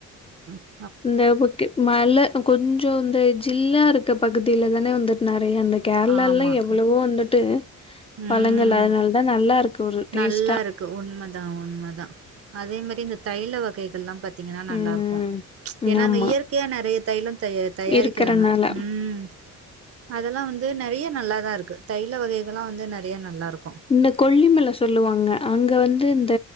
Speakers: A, on the right; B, on the left.
A: அ
B: இந்த ஓகே மழ கொஞ்சோ இந்த ஜில்லா இருக்க பகுதியில தான வந்துட்டு நிறையா அந்த கேரளாலல்லா
A: ஆமா
B: எவ்ளவோ
A: க
B: வந்துட்டு
A: ம்
B: பழங்கள் அதனால தா நல்லா இருக்கு ஒரு டேஸ்ட்டா
A: நல்லா இருக்கு உண்மதா உண்மதா அதே மாரி இந்த தைல வகைகள்லா பாத் பாத்தீங்கன்னா நல்லா
B: ம்
A: இருக்கு
B: ம்
A: ஏ நா
B: ஆமா
A: அங்க இயற்கையா நெறையா தைலோ தயாரி தயாரிக்கிறாங்க
B: இருக்கறனால
A: ம் அதெல்லா வந்து நிறையா நல்லாதா இருக்கு தைல வகைகள்லா வந்து நிறைய நல்லா இருக்கும்
B: இந்த கொல்லிமல சொல்லுவாங்க அங்க வந்து இந்த